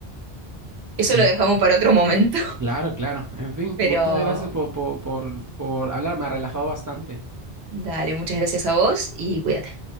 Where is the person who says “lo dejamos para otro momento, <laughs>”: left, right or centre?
Right